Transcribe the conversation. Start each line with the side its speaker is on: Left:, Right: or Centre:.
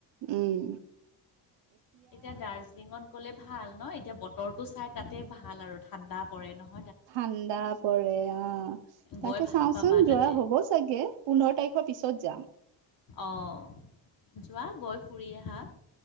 Right: উম
Left: এতিয়া দাৰ্জিলিঙত গ'লে ভাল ন এতিয়া বতৰটো চাই তাতে ভাল আৰু ঠাণ্ডা পৰে নহ
Right: ঠাণ্ডা পৰে অ তাকে
Left: গৈ ভাল
Right: চাওচোন
Left: পাবা তাতে
Right: যোৱা হ'ব চাগে পোন্ধৰ তাৰিখৰ পিছত যাম
Left: অঁ যোৱা গৈ ফুৰি আহা